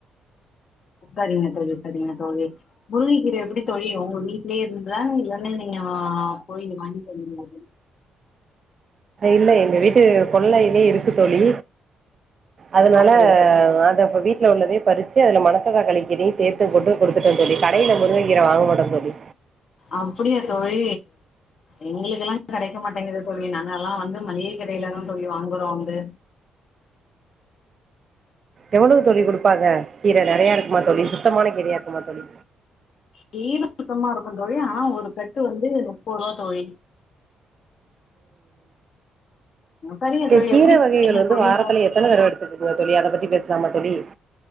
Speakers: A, on the left (about 55°); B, on the right (about 50°).
A: சரிங்க தோழி சரிங்க தோழி முருங்கைகீர எப்படி தோழி உங்க வீட்லயே இருந்து தானே இல்லன்னே நீங்க ஆ போயி நீங்க வாங்கிட்டு வருவீங்களா
B: இல்ல எங்க வீட்டு கொள்ளையிலே இருக்கு தோழி அதனால
A: அப்படியா தோழி
B: அத வீட்ல உள்ளத பறிச்சு அதுல மனத்த தக்காளி கீீரயு சேத் போட்டு போட்டு குடுத்துட்ட தோழி கடயில முருங்கக்கீர வாங்க மாட்டோ தோழி
A: அப்டியா தோழி எங்களுக்கெல்லா கெடைக்க மாட்டேங்குத தோழி நாங்க எல்லா வந்து மளிகை கடையிலதா தோழி வாங்குறோ வந்து
B: எவ்வளோ தோழி குடுப்பாங்க கீர நெறைய இருக்குமா தோழி சுத்தமான கீரையா இருக்குமா தோழி
A: கீர சுத்தமா இருக்கோ தோழி ஆ ஒரு கட்டு வந்து முப்பது ரூவா தோழி சரிங்க
B: க
A: தோழி
B: கீர
A: எப்படி செய்வீங்க
B: வகைகள் வந்து
A: சொல்லுங்க
B: வாரத்துல எத்தன தடவ எடுத்துக்குவீங்க தோழி அத பத்தி பேசலாமா தொழி